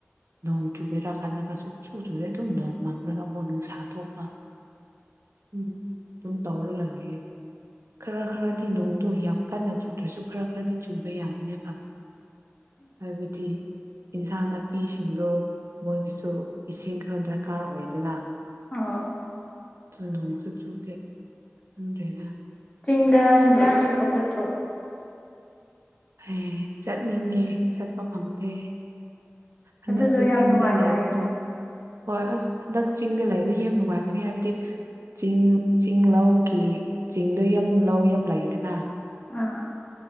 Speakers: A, on the right; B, on the left.
A: ꯅꯣꯡ ꯆꯨꯒꯦꯔꯥ ꯈꯜꯂꯒ ꯁꯨꯝ ꯆꯨ ꯆꯨꯔꯦ ꯑꯗꯨꯝ ꯅꯣꯡ ꯉꯥꯡꯂꯒ ꯑꯃꯨꯛ ꯅꯨꯡꯁꯥ ꯊꯣꯛꯄ ꯎꯝ ꯊ ꯇꯧꯔ ꯂꯒꯦ ꯈꯔ ꯈꯔꯗꯤ ꯅꯣꯡꯗꯣ ꯌꯥꯝ ꯀꯟꯅ ꯆꯨꯝ ꯭ꯔꯁꯨ ꯈꯔ ꯈꯔꯗꯤ ꯆꯨꯕ ꯌꯥꯒꯅꯦꯕ ꯍꯥꯏꯕꯗꯤ ꯏꯟꯁꯥꯡ ꯅꯥꯄꯤꯁꯤꯡꯗꯣ ꯃꯣꯏꯒꯤꯁꯨ ꯏꯁꯤꯡ ꯈꯔ ꯗꯔꯀꯥꯔ ꯑꯣꯏꯗꯅ
B: ꯑꯥꯎ
A: ꯅꯣꯡꯁꯨ ꯆꯨꯗꯦ ꯑꯗꯨꯗ꯭ꯔꯦꯅ
B: ꯆꯤꯡꯗ ꯍꯤꯟꯖꯥꯡ ꯍꯦꯛꯄ ꯆꯠꯇ꯭ꯔꯣ
A: ꯑꯦ ꯆꯠꯅꯤꯡꯉꯦ ꯆꯠꯄ ꯐꯪꯗꯦ ꯍꯟꯗꯛꯁꯦ
B: ꯑꯗꯨꯗꯣ ꯌꯥꯝ
A: ꯆꯤꯡꯗ
B: ꯅꯨꯡꯉꯥꯏ
A: ꯂꯥꯏꯕꯗꯣ
B: ꯍꯥꯏꯌꯦ
A: ꯍꯣꯏ ꯑꯁ ꯍꯟꯗꯛ ꯆꯤꯡꯗ ꯂꯩꯕ ꯌꯥꯝ ꯅꯨꯡꯉꯥꯏꯒꯅꯤ ꯍꯥꯏꯕꯗꯤ ꯆꯤꯡ ꯆꯤꯡ ꯂꯧꯒꯤ ꯆꯤꯡꯗ ꯌꯥꯝ ꯂꯧ ꯌꯥꯝ ꯂꯩꯗꯅ
B: ꯑꯥ